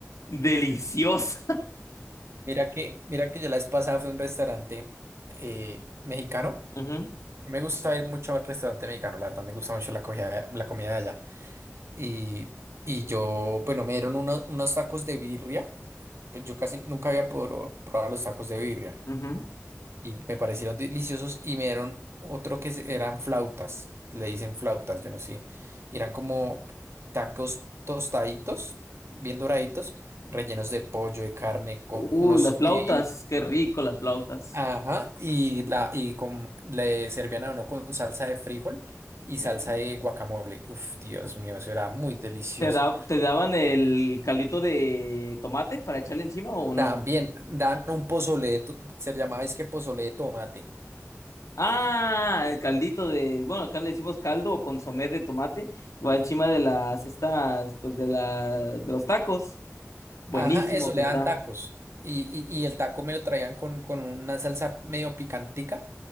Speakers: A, on the left (about 85°); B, on the right (about 55°).
A: deliciosa.
B: Mira que, mira que yo la vez pasada fui a un restaurante eh, mexicano.
A: Ujú,
B: No Me gusta ir mucho al restaurante mexicano, la verdad. Me gusta mucho la comida, la comida de allá. Y, y yo, bueno, me dieron uno- unos tacos de birria. Pues yo casi nunca había poro- probado los tacos de birria.
A: ujú.
B: y me parecieron deliciosos y me dieron otro que se- eran flautas, le dicen flautas, yo no sé, y eran como tacos tostaditos, bien doraditos, rellenos de pollo, de carne, con
A: Uy,
B: unos
A: las flautas,
B: y
A: qué rico las flautas.
B: ajá, y la y con le servían a uno con salsa de frijol y
A: Ujú.
B: salsa de guacamole. Uf, Dios mío, eso era muy delicioso.
A: ¿Te da- te daban el caldito de tomate para echarle encima o no?
B: También dan un pozole, de to- se llamaba es que pozole de tomate.
A: Ah, el caldito de, bueno, acá le decimos caldo o consomé de tomate, va encima de las estas, pues de la, de los tacos. Buenísimo
B: Ajá, eso,
A: que
B: le
A: está.
B: dan tacos. Y, y, y el taco me lo traían con, con una salsa medio picantica.